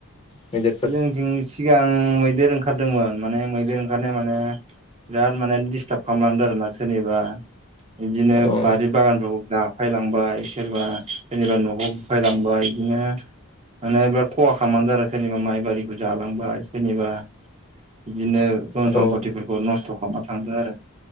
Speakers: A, on the left; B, on the right.
A: मैदेरफोर
B: जोंनिथिं सिगां मैदेर ओंखार माने मैदेर ओंखारनाय माने बिराद माने डिस्टाब खालामलांदों आरो ना सोरनिबा बिदिनो
A: औ
B: बारि बागानफोरखौ दा सिफाइलांबाय सोरबा सोरनिबा न'खौ सिफाइलांबाय बिदिनो माने बिराद खहा खालामदों आरो सोरनिबा माइबारिखौ जालांबाय सोरनिबा बिदिनो धन
A: औ
B: सम्पतिफोरखौ नस्थ' खालामाख आरो